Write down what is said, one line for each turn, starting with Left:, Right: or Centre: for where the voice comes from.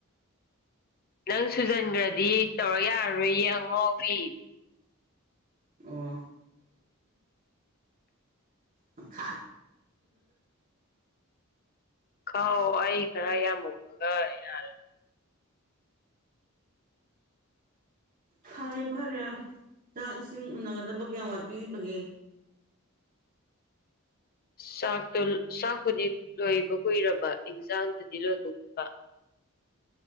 Left: ꯅꯪ ꯁꯨꯖꯟꯒꯔꯗꯤ ꯇꯧꯔꯛ ꯌꯥꯔꯔꯣꯏꯌꯦ ꯑꯉꯥꯎꯕꯤ
Right: ꯑꯣ ꯃꯈꯥ
Left: ꯀꯥꯎ ꯑꯩ ꯈꯔ ꯌꯥꯝꯃꯨꯕꯒ ꯌꯥꯔꯦ
Right: ꯐꯔꯦ ꯐꯔꯦ ꯆꯥꯛ ꯏꯁꯤꯡ ꯎꯅꯒꯗꯕ ꯀꯌꯥꯝ ꯋꯥꯠꯄꯤꯔꯤꯕꯒꯦ
Left: ꯆꯥꯛꯇꯣ ꯆꯥꯛꯄꯨꯗꯤ ꯂꯣꯏꯕ ꯀꯨꯏꯔꯕ ꯏꯟꯖꯥꯡꯗꯨꯗꯤ ꯂꯣꯏꯍꯧꯗꯕ